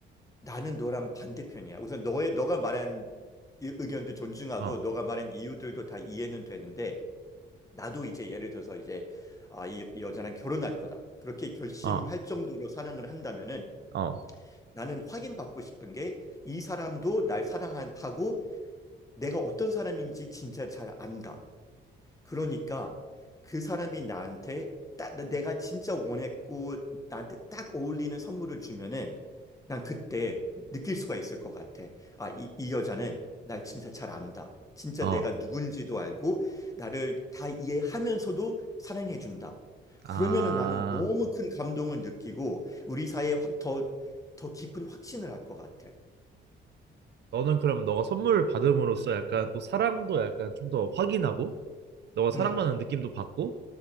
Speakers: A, on the left; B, on the right.
A: 나는 너랑 반대편이야. 우선 너의 너가 말한 이- 의견도 존중하고
B: 어,
A: 너가 말한 이유들도 다 이해는 되는데 나도 이제 예를 들어서 이제 아, 이, 이 여자랑 결혼할 거다. 그렇게 결심할
B: 어,
A: 정도로 사랑을 한다면은
B: 어,
A: 나는 확인받고 싶은 게 이 사람도 날 사랑하고 내가 어떤 사람인지 진짜 잘 안다. 그러니까 그 사람이 나한테 딱 나- 내가 진짜 원했고 나한테 딱 어울리는 선물을 주면은 난 그때 느낄 수가 있을 것 같아. 아, 이, 이 여자는 날 진짜 잘 안다. 진짜
B: 어.
A: 내가 누군지도 알고 나를 다 이해하면서도 사랑해준다.
B: 아,
A: 그러면은 나는 너무 큰 감동을 느끼고 우리 사이에 확 더, 더 깊은 확신을 할 것 같아.
B: 너는 그러면 너가 선물을 받음으로써 약간 또 사랑도 약간 좀 더 확인하고 너가 사랑받는
A: 음.
B: 느낌도 받고